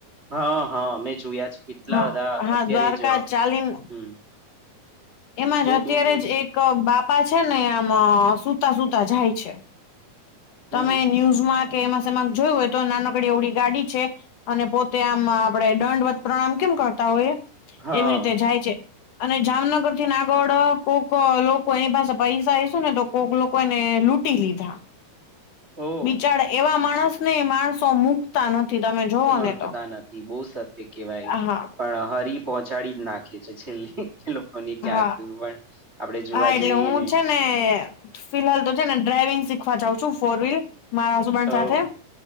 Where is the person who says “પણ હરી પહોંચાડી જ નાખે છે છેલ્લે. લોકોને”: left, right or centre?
Right